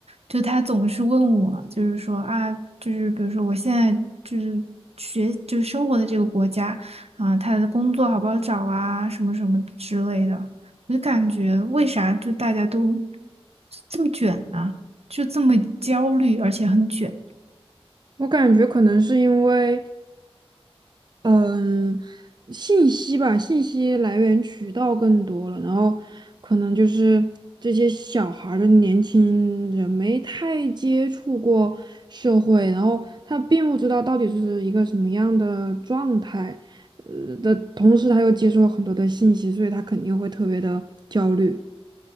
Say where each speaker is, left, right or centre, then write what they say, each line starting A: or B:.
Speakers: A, on the right (about 80°); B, on the right (about 45°).
A: 就他总是问我，就是说啊，就是比如说我现在就是学就是生活的这个国家啊，他的工作好不好找啊，什么什么之类的。我就感觉为啥就大家都这么卷呢、就这么焦虑，而且很卷。
B: 我感觉可能是因为，嗯，信息吧，信息来源渠道更多了，然后可能就是这些小孩儿的年轻人没太接触过社会，然后他并不知道到底是一个什么样的状态，呃的同时他又接受了很多的信息，所以他肯定会特别的焦虑。